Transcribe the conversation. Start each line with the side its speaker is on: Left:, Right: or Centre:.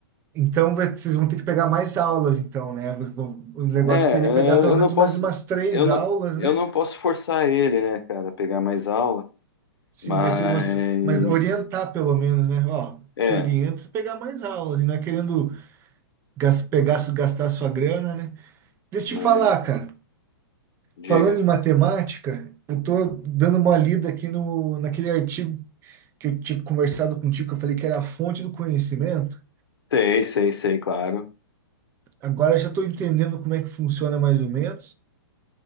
Right: Então, vai- vocês vão ter que pegar mais aulas, então, né? Vão- O negócio
Left: É, é,
Right: seria pegar pelo
Left: eu
Right: menos
Left: não posso,
Right: mais umas três
Left: eu não,
Right: aulas,
Left: eu
Right: né?
Left: não posso forçar ele, né, cara, a pegar mais aula,
Right: Sim,
Left: mas,
Right: mas, se você- mas orientar pelo menos, né? Ó,
Left: é,
Right: te oriento a pegar mais aulas, e não é querendo gas- pegar, gastar sua grana, né? Deixa
Left: mas,
Right: eu te falar, cara.
Left: diga.
Right: Falando em matemática, eu tô dando uma lida aqui no, naquele artigo que eu tinha conversado contigo, que eu falei que era a fonte do conhecimento.
Left: Sei, sei, sei, claro.
Right: Agora eu já estou entendendo como é que funciona mais ou menos.